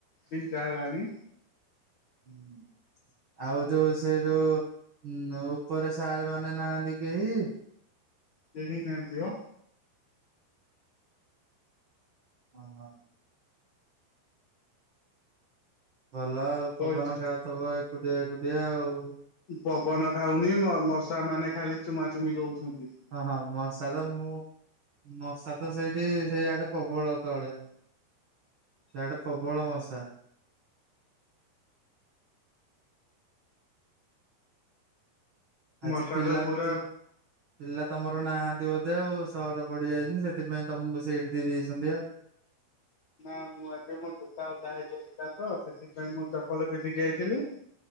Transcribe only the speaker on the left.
ଦିଟା ହେଲାଣି।
ସେ କେହି ନାହାନ୍ତି ମ
ବଇଚି
ପବନ ଖାଉନି ମଶା ମାନେ ଖାଲି ଚୁମା ଚୁମି ଦଉଛନ୍ତି।
ମଶା
ତ ପୁରା
ନା ମୁଁ ଆଜି ମୋ ଜୋତା ଓଦା ହେଇ ଯାଇଥିଲା ତ ସେଥିପାଇଁ ମୁଁ ଚପଲ ପିନ୍ଧିକି ଆଇଥିଲି।